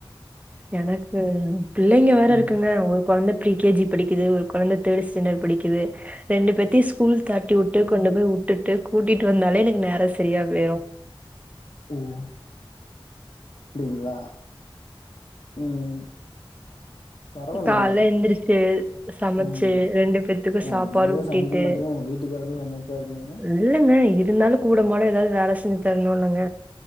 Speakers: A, on the right (about 15°); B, on the left (about 85°).
A: எனக்கு பிள்ளைங்க வேற
B: ம்.
A: இருக்குங்க ஒரு கொழந்த பிரீ கேஜி படிக்கிது ஒரு கொழந்த தேர்டு ஸ்டாண்டர்டு படிக்கிது ரெண்டு பேத்தியு ஸ்கூல் தாட்டி வுட்டு கொண்டு போய் வுட்டுட்டு கூட்டிட்டு வந்தாலே எனக்கு நேரோ சரியாப் போயிரு
B: ம் ப்டிங்ளா ம் பரவாலைங்க
A: கால்ல எந்திரிச்சு சமச்சு
B: ம்
A: ரெண்டு பேத்துக்கு
B: ஏங்க
A: சாப்பாடு
B: நீங்கதா
A: ஊட்டிட்டு
B: சமைக்க மாட்டிங்க உங்க வீட் டுக்காருதா சமைப்பார்னிங்க
A: இல்லங்க இருந்தாலு கூட மாட எதாவது வேல செஞ்சு தர்ணுல்லங்க